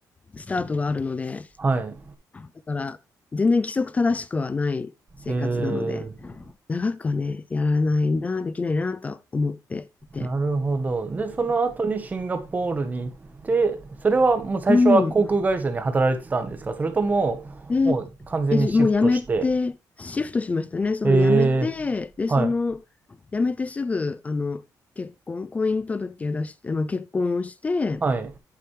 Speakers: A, on the left; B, on the right.
A: スタートがあるので、
B: はい。
A: だから全然規則正しくはない生活なので。
B: ええ。
A: 長くはね、やらないな、できないなと思っていて。
B: なるほど。で、その後にシンガポールに行って、それはもう最初は航空会社に働いてたんですかそれとも、
A: うん。で、
B: もう完全にシフトして。
A: え、もう辞めて、シフトしましたね。その辞めて、
B: ええ
A: で、
B: はい。
A: その辞めてすぐ、あの、結婚、婚姻届を出して、まあ、結婚をして、
B: はい。う